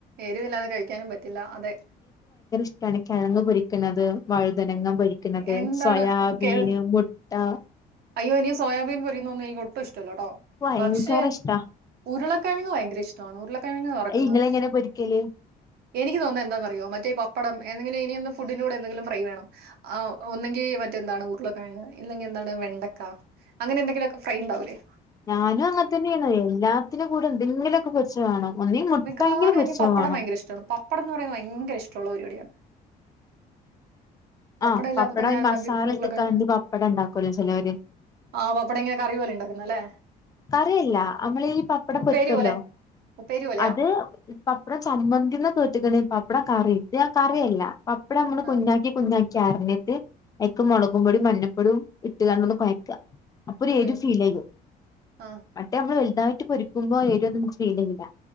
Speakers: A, on the right; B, on the left.
A: എരിവില്ലാതെ കഴിക്കാനും പറ്റില്ല അതെ
B: ക്കാണ് കിഴങ്ങ് പൊരിക്കുന്നത് വഴുതനങ്ങ പൊരിക്കണത്
A: എന്താണ്
B: സോയാബീൻ
A: കേൾ
B: ആ
A: അയ്യോ ഇനി സോയാബീൻ പൊരിക്കുന്നോന്ന് എനി ഒുട്ടും ഇഷ് ല്ല ട്ടോ
B: ഭയങ്കര
A: പക്ഷെ
B: ഇഷ്ടാ
A: ഉരുള കിഴങ്ങ് ഭയങ്കരിഷ് ട്ടാണ് ഉരുളക്കിഴങ് വറക്കുന്നത്
B: ഇങ്ങള് എങ്ങനെ പൊരിക്കല്
A: എനിക്ക് തോനുന്നത് എന്താന്ന് അറിയോ മറ്റേ പപ്പടം എന്തെങ്കിലും <unintelligible> ഫുഡിന്റെ കൂടെ എന്തെങ്കിലും ഫ്രൈ വേണം ഒന്നെങ്കിൽ മറ്റെന്താണ് ഉരുളക്കിഴങ് ഇല്ലെങ്കിൽ എന്താണ് മെ ക്ക അങ്ങനെ എന്തെങ്കിലുമൊക്കെ ഫ്രൈണ്ട്ണ്ടാവൂല്ലേ
B: ഞാനും അങ്ങനെ തന്നെയണ് എല്ലാത്തിനും കൂടെ എന്തെങ്കിലുമൊക്കെ പൊരിച്ചെ വേണം ഒന്നീ മുട്ടയെങ്കിലും
A: മിക്കവാറും
B: പൊരിച്ചത്
A: എനിക്ക് പപ്പടം
B: വേണം
A: ഭയങ്ക ഇഷ്ടമാണ് പപ്പടം എന്ന് പറയാ ഭയങ്ക ഇഷ് ട്ടൊള്ള പരിപാടിയാ പപ്പട
B: ആഹ്
A: ഇല്ലാതപ്പ
B: പപ്പടം
A: ഞാൻ
B: ഈ
A: എന്തക്കു
B: മസാല
A: ഉരുളകിഴങ്ങ്
B: ഇട്ട്ക്കാണ്ട് പപ്പടം ഉണ്ടാക്കുവല്ലോ ചിലവര്
A: ആഹ പപ്പടം ഇങ്ങനെ കറി പോലെ ഉണ്ടാക്കുന്നല്ലേ
B: കറിയല്ല നമ്മള് ഈ പപ്പടം
A: ഉപ്പേരി
B: പൊരിക്കല്ലോ
A: പോലെ ഉപ്പേരി പോലെയാ?
B: അത് പപ്പട ചമ്മന്തിന് കേട്ടക്ക്ണ് പപ്പടം കറി ഇത് ആ കറിഅല്ല ഇപ്പടെ നമ്മള്
A: ആഹ്
B: കുഞ്ഞാക്കി കുഞ്ഞാക്കി അറിഞ് അയക്ക് മുളകും പൊടും മഞ്ഞപ്പൊടിയും ഇട്ട്കാണ്ട് കുഴക്ക അപ്പൊരു എരു
A: ഉം
B: ഫീൽ ചെയ്യും
A: ആഹ്
B: മറ്റേ വലുതായിട്ട് പൊരിക്കുമ്പോ എരിവ് ഫീലല്ല